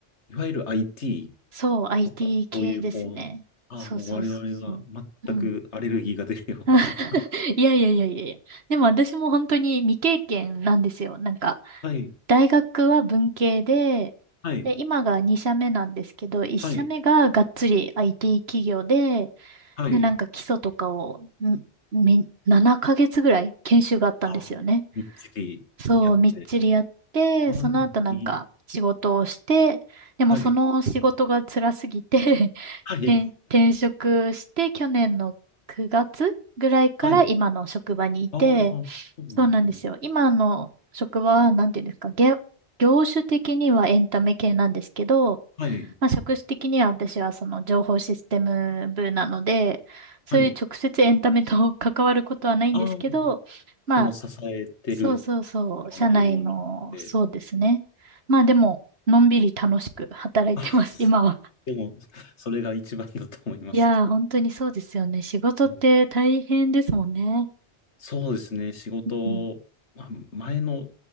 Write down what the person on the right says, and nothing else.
そう、IT
系ですね。
そうそうそうそう。
うん。<laughs>
いやいやいやいやいや。でも私も本当に未経験なんですよ。なんか、
大学は文系で、
で、今が2社目なんですけど、1社目ががっつり
IT 企業で、
で、なんか基礎とかを、んみ7ヶ月ぐらい研修があったんですよね。
そう、みっちりやって、
その後なんか仕事をして、
でもその仕事が辛すぎて
<laughs>
転、転職して去年の9月ぐらいから今の職場にいて、
そうなんですよ。今の職場は、なんていうんですか、げ業種的にはエンタメ系なんですけど、
まあ、職種的には私はその情報システム部なので、そういう直接エンタメと
<laughs> 関わることはないんですけど、
まあ、
そうそうそう、
社内の、そうですね。まあでも、のんびり楽しく働いてます、
今は。
いやー、本当にそうですよね。仕事って大変ですもんね。
うん。